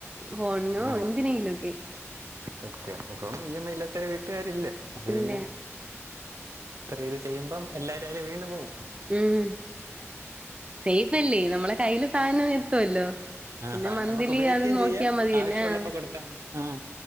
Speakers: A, on the right; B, on the right.
A: ഹോണിനോ
B: ഉം,
A: എന്തിനെലൊക്കെ
B: സത്യം ഇപ്പൊ ഇയമ്മ ഇല്ലാത്തരെ വീട്ടുകാരില്ല അത്
A: ഇല്ല
B: പിന്നെ ഇത്ര ഇത് ചെയ്യുമ്പം എല്ലാരും അയില് വീണു പോവും
A: ഉം സേഫ്ല്ലേ നമ്മളെ കയ്ൽ സാധനം എത്തുവല്ലോ
B: ആ
A: പിന്നെ
B: ഫ
A: മന്ത്ലി
B: നമുക്ക് ഉപയോഗിക്കുകയും
A: അത് നോക്കിയാ
B: ചെയ്യാം
A: മതിയല്ലേ
B: ആവശ്യമുള്ളപ്പോ
A: ആഹ്
B: കൊടുത്താ ആഹ്